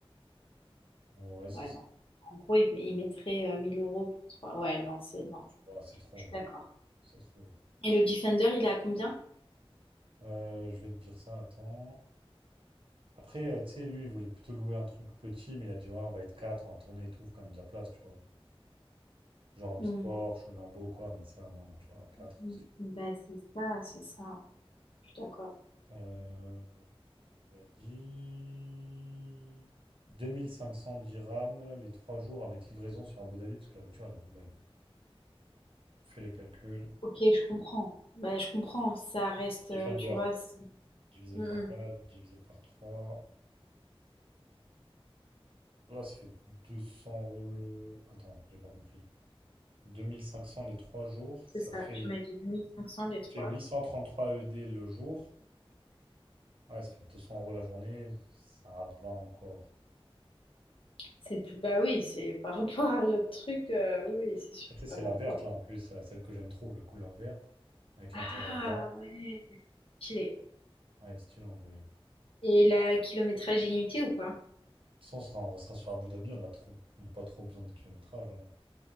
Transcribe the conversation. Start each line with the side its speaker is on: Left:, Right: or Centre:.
Right: Mm. Ouais, c'est
Left: Ouais,
Right: ça.
Left: non. En gros, il, il mettrait euh, 1000 euros pour trois Ouais, non, c'est... Non,
Right: Tu vois, c'est trop.
Left: je suis d'accord.
Right: hein. C'est trop. hein.
Left: Et le Defender, il est à combien?
Right: Euh, je vais te dire ça, attends. Après, euh, tu sais, lui, il voulait plutôt louer un truc petit, mais il a dit, ouais, on va être quatre on va tourner et tout, faut quand même de la place, tu vois. Genre un petit
Left: Hmm.
Right: Porsche, une Lambo, quoi, mais ça, non, tu vois, quatre
Left: Hmm. Ben, c'est ça, c'est ça. hein. Je suis d'accord.
Right: Euh, il lui a dit 2500 dirhams les trois jours avec livraison sur Abu Dhabi, parce que la voiture elle est à Dubaï. Donc, Fais les calculs.
Left: Ok, je comprends. bah je comprends. Ça reste,
Right: Defender,
Left: euh, tu vois... C'est
Right: divisé
Left: Hmm,
Right: par
Left: hmm.
Right: 4, divisé par 3. Ouais, ça fait 200 euros le... Attends, j'ai pas compris. 2500 les trois jours,
Left: C'est
Right: ça
Left: ça.
Right: fait,
Left: Tu m'as dit 1500 les trois.
Right: ça fait 833 ED le jour. Ouais, ça fait 200 euros la journée, ça va encore.
Left: C'est plus, bah oui, c'est par rapport à l'autre truc, euh, oui, oui, c'est sûr
Right: Après,
Left: que
Right: tu sais, c'est
Left: ça va
Right: la
Left: encore.
Right: verte là en plus, euh, celle que j'aime trop, la couleur verte, avec l'intérieur
Left: Ah
Right: blanc.
Left: ouais, Stylé.
Right: Ouais, elle est stylée en vrai. De
Left: Et la kilométrage illimité ou pas?
Right: toute façon, on sera, on restera sur Abu Dhabi, on n'a trop, on a pas trop besoin de kilométrage. hein.